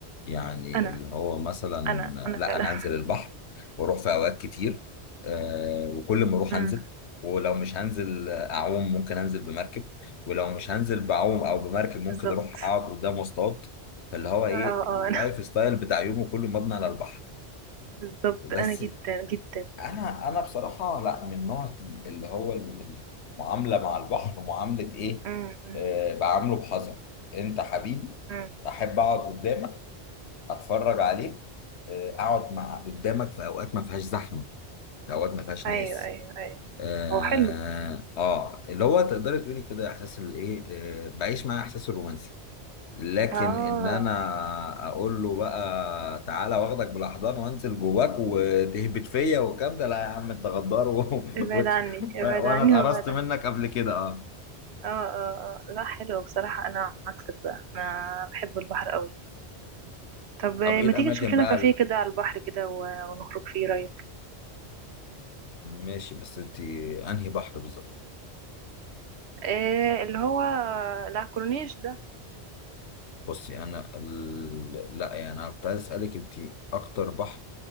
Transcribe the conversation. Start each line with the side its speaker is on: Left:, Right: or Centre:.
Left: يعني
Right: انا
Left: اللي هو مثلا
Right: انا انا
Left: لا
Right: فعلا
Left: انا انزل البحر واروح في اوقات كتير آه وكل ما اروح
Right: امم
Left: انزل ولو مش هنزل اعوم ممكن انزل بمركب ولو مش هنزل بعوم او بمركب ممكن
Right: بالظبط
Left: اروح اقعد قدام واصطاد فاللي هو ايه
Right: اه اه
Left: اللايف
Right: انا
Left: ستايل بتاع يومه كله مبني على البحر
Right: <laughs> بالظبط
Left: بس
Right: انا جدا جدا
Left: انا انا بصراحه لا من نوع اللي هو المعامله مع البحر معامله ايه
Right: امم امم
Left: آه بعامله بحذر انت حبيبي
Right: امم
Left: احب اقعد قدامك اتفرج عليك آه اقعد مع قدامك في اوقات ما فيهاش زحمه في اوقات ما فيهاش
Right: ايوه
Left: ناس
Right: ايوه ايوه
Left: اه,
Right: هو حلو
Left: آه اللي هو تقدري تقولي كده احساس الايه آه بعيش مع احساس الرومانسي لكن
Right: اه
Left: ان انا اقول له بقى تعالى واخدك بالاحضان وانزل جواك وتهبط فيا والكلام ده لا يا عم انت غدار و... <laughs>
Right: ابعد
Left: وت...
Right: عني ابعد
Left: وانا
Right: عني
Left: اتقرصت
Right: وابعد
Left: منك
Right: عني
Left: قبل كده اه
Right: اه اه اه لا حلو بصراحة انا عكسك بقى انا بحب البحر قوي طب آه،
Left: طب ايه
Right: ما
Left: الاماكن
Right: تيجي نشوف لنا
Left: بقى
Right: كافيه كده على البحر كده و- ونخرج فيه رأيك
Left: ماشي بس انت انهي بحر بالظبط
Right: إيه اللي هو العكورنيش ده
Left: بصي انا ال... لا يعني انا كنت عايز اسالك انت اكتر بحر